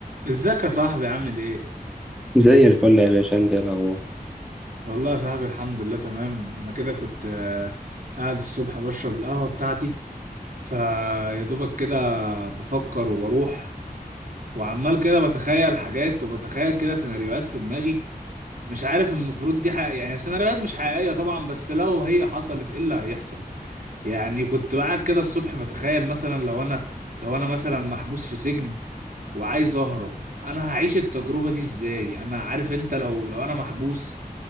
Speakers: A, on the right; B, in the centre.
A: ازيك يا صاحبي عامل ايه؟
B: زي الفل يا باشا انت ايه الاخبار
A: والله يا صاحبي الحمد لله تمام انا كده كنت آه، قاعد الصبح بشرب القهوة بتاعتي فيا دوبك كده بفكر وبروح وعمال كده بتخيل حاجات وبتخيل كده سيناريوهات في دماغي مش عارف المفروض دي حق... يعني سيناريوهات مش حقيقية طبعا بس لو هي حصلت ايه اللي هيحصل يعني كنت قاعد كده الصبح بتخيل مثلا لو انا لو انا مثلا محبوس في سجن وعايز اهرب انا هعيش التجربة دي ازاي انا عارف انت لو لو انا محبوس